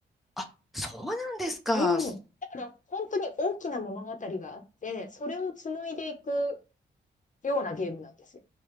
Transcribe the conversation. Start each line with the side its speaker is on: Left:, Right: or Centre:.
Centre: あ、そうなんですか。
Left: うん。だから、本当に大きな物語があって、それを紡いでいくようなゲームなんですよ。